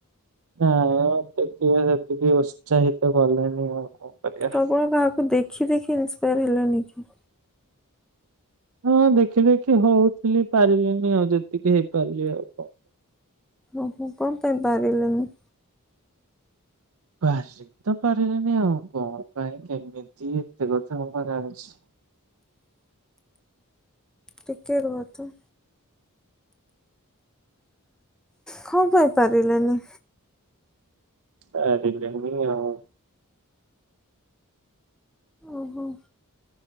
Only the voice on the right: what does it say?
ନାଇଁ ମତେ କିଏ ସେତିକି ଉତ୍ସାହିତ କଲେ ନି ଆଉ କରିବା।
ହଁ ଦେଖି ଦେଖି ହଉଥିଲି ପାରିଲିନି ଆଉ ଯେତିକି ହେଇପାରିଲି, ଆଉ କଣ
ପାରି ତ ପାରିଲାନି ଆଉ କଣ ପାଇଁ କେମିତି, ଏତେ କଥା କଣ ମୁଁ ଜାଣିଛି।
ପାରିଲିନି ଆଉ